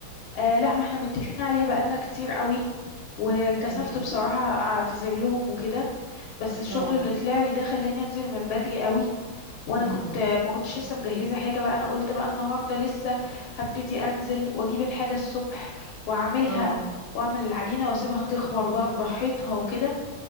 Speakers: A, on the left; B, on the right.
A: آه لا ما احنا متفقين عليها بقالنا كتير قوي وكسفت
B: امم
A: بصراحة اعتذر لهم وكده بس الشغل
B: اه
A: اللي طلع لي ده خلاني انزل من بدري قوي وانا
B: امم
A: كنت ما كنتش لسه مجهزة حاجة بقى انا قلت بقى النهاردة لسه هبتدي انزل واجيب الحاجة الصبح واعملها
B: اه
A: واعمل العجينة واسيبها تخمر بقى براحتها وكده